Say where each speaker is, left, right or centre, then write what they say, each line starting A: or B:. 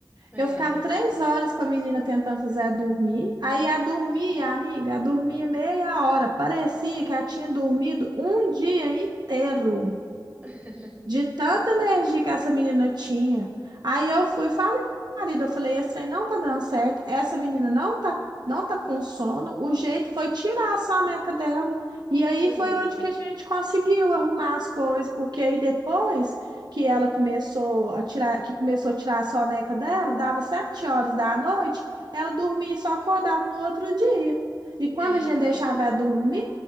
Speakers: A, on the right (about 20°); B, on the right (about 65°).
A: é.
B: Eu ficava três horas com a menina tentando fazer ela dormir. Aí ela dormia, amiga, ela dormia meia hora. Parecia que ela tinha dormido um dia inteiro.
A: <laughs>
B: De tanta energia que essa menina tinha. Aí eu fui e falei com o marido, eu falei, esse trem não tá dando certo, essa menina não tá, não tá com sono, o jeito foi tirar a soneca dela. E
A: Sim,
B: aí foi onde que a gente conseguiu arrumar as coisas, porque aí depois que ela começou a tirar, que começou a tirar a soneca dela, dava sete horas da noite, ela dormia e só acordava no outro dia. E quando
A: é,
B: a gente
A: porque,
B: deixava ela dormir,